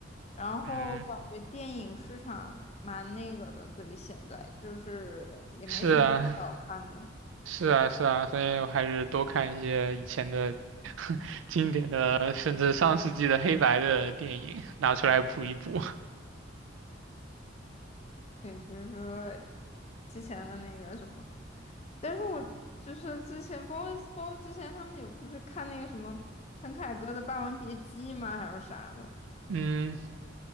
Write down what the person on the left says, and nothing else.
然后感觉电影市场蛮那个的，
所以现在就是也没什么好看的。
对，比如说之前的那个什么，但是我就是之前包括包括之前他们有不是看那个什么陈凯歌的《霸王别姬》吗？还是啥的？